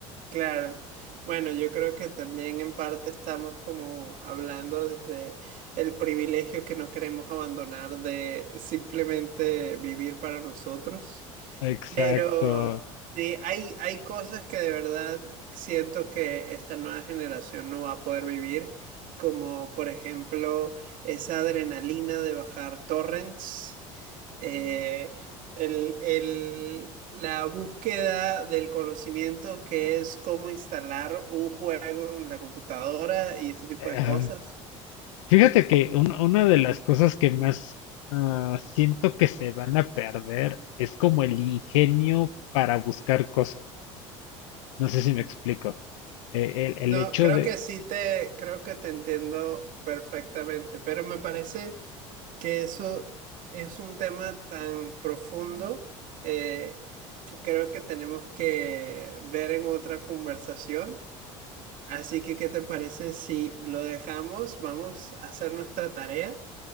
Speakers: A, on the right; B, on the left.
A: Claro. Bueno, yo creo que también en parte estamos como hablando desde el privilegio que no queremos abandonar de simplemente vivir para nosotros.
B: Exacto.
A: Pero sí, hay, hay cosas que de verdad siento que esta nueva generación no va a poder vivir, como por ejemplo esa adrenalina de bajar torrents eh, el- el- la búsqueda del conocimiento que es cómo instalar un juego en la computadora y ese tipo
B: Ah,
A: de cosas.
B: fíjate que un- una de las cosas que más ah, siento que se van a perder es como el ingenio para buscar cosas. No sé si me explico. Eh, el, el
A: No,
B: hecho
A: creo
B: de,
A: que sí te, creo que te entiendo perfectamente, pero me parece que eso es un tema tan profundo eh, que creo que tenemos que ver en otra conversación. Así que, ¿qué te parece si lo dejamos? Vamos a hacer nuestra tarea